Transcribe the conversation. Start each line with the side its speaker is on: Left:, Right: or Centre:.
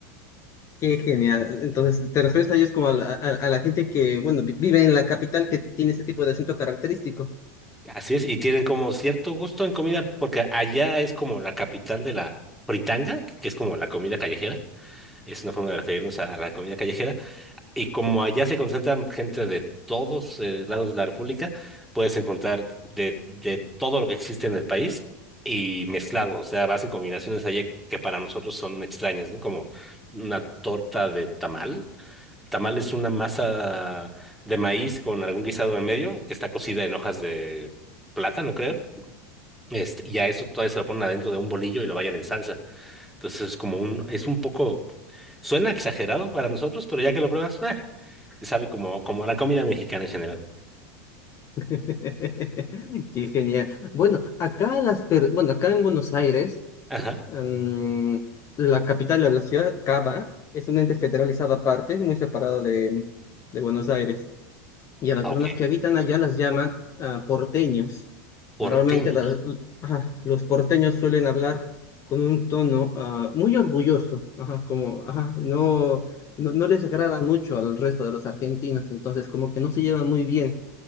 Left: Qué genial. Entonces, ¿te refieres a ellos como a la, a- a la gente que, bueno, vi- vive en la capital que tiene ese tipo de acento característico?
Centre: Así es, y tienen como cierto gusto en comida porque allá es como la capital de la fritanga, que es como la comida callejera. Es una forma de referirnos a a la comida callejera. Y como allá se concentran gente de todos eh, lados de la República, puedes encontrar de, de todo lo que existe en el país y mezclado. O sea, vas en combinaciones allá que para nosotros son extrañas, ¿no? Como una torta de tamal. Tamal es una masa de maíz con algún guisado en medio que está cocida en hojas de plátano, creo. Este, y a eso todavía se lo ponen adentro de un bolillo y lo vayan en salsa. Entonces es como un, es un poco, suena exagerado para nosotros, pero ya que lo pruebas, <laughs> ah, Sabe como, como a la comida mexicana en general.
Left: <laughs> Qué genial. Bueno, acá las per- bueno, acá en Buenos Aires,
Centre: Ajá.
Left: mm, la capital de la ciudad, Cava, es un ente federalizado aparte, muy separado de, de Buenos Aires. y a las
Centre: Ah,
Left: personas
Centre: ok.
Left: que habitan allá las llaman ah, porteños. Normalmente
Centre: Porteños.
Left: la- ajá, los porteños suelen hablar con un tono ah, muy orgulloso, ajá, como ajá, no, no, no les agrada mucho al resto de los argentinos, entonces como que no se llevan muy bien